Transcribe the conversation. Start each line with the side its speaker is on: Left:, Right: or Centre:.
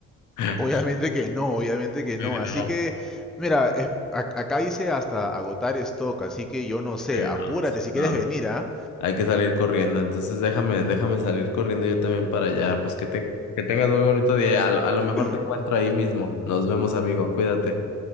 Left: <laughs>
Centre: Obviamente que no, obviamente que no. Así
Left: No,
Centre: que, mira, es- a- acá dice hasta agotar stock, así que yo no sé,
Left: sí,
Centre: apúrate
Left: no, sí,
Centre: si
Left: no.
Centre: quieres venir, ¿ah?
Left: Hay que salir corriendo, entonces déjame, déjame salir corriendo yo también para allá. Pues que tenga- que tengas muy bonito día. A lo, a lo mejor
Centre: <laughs>
Left: te encuentro ahí mismo. Nos vemos, amigo. Cuídate.